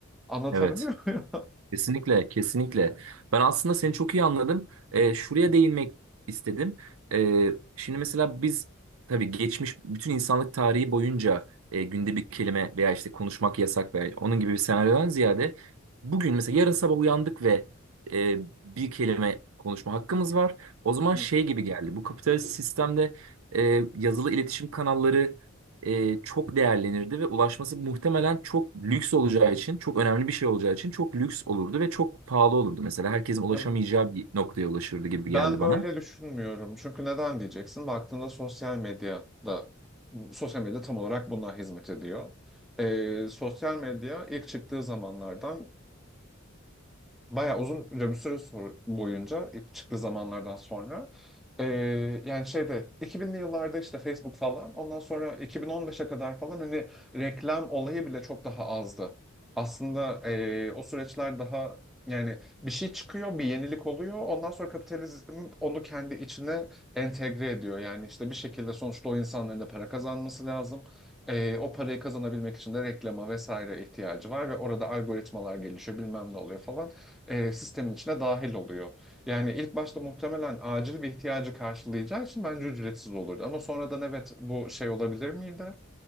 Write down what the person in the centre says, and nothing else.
Anlatabiliyor
muyum?
<laughs>
Hı.
Ya
Ben
böyle düşünmüyorum. Çünkü neden diyeceksin? Baktığında sosyal medyada, sosyal medya tam olarak buna hizmet ediyor. Ee, sosyal medya ilk çıktığı zamanlardan bayağı uzun bir süre sor- boyunca ilk çıktığı zamanlardan sonra e, yani şeyde 2000'li yıllarda işte Facebook falan ondan sonra 2015'e kadar falan hani reklam olayı bile çok daha azdı. Aslında e, o süreçler daha yani bir şey çıkıyor, bir yenilik oluyor. Ondan sonra kapitalizm onu kendi içine entegre ediyor. Yani işte bir şekilde sonuçta o insanların da para kazanması lazım. E, o parayı kazanabilmek için de reklama vesaire ihtiyacı var ve orada algoritmalar gelişiyor, bilmem ne oluyor falan e, sistemin içine dahil oluyor. Yani ilk başta muhtemelen acil bir ihtiyacı karşılayacağı için bence ücretsiz olurdu. Ama sonradan evet bu şey olabilir miydi?